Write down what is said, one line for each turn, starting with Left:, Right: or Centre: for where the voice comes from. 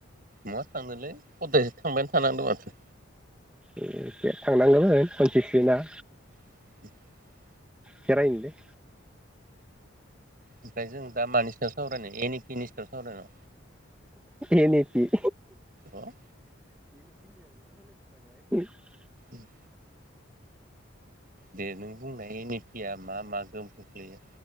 Right: मावा थांनोलै खदायसो थांबायानो थानांदों माथो।
Centre: एखे थांनांगौमोन खनसेसोना।
Right: <inaudible>
Centre: खेरायनिलै
Right: ओमफाय जों दा मानि सायाव सावरायनो एनिथिनि सायाव सावरायनो।
Centre: एन इ पि
Right: अ
Centre: <unintelligible>
Right: ओम दे नों बुंनाय एन इ पिया मा-मा गोहोम खोख्लैयो।